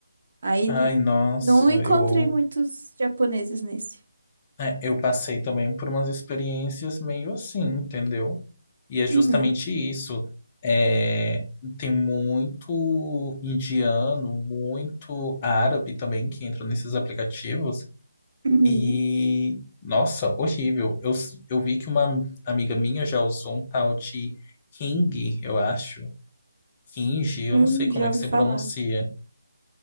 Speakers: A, on the right; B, on the left.
A: Aí
B: Ai,
A: n-
B: nossa,
A: não encontrei
B: eu,
A: muitos japoneses nesse.
B: é, eu passei também por umas experiências meio assim, entendeu? E é justamente
A: Uhum.
B: isso. É, tem muito indiano, muito árabe também que entra nesses aplicativos.
A: Uhum.
B: E, nossa, horrível. Eu, eu vi que uma amiga minha já usou um tal de King, eu acho. Kinji, eu
A: Hum,
B: não sei como
A: já
B: é que
A: ouvi
B: se
A: falar.
B: pronuncia.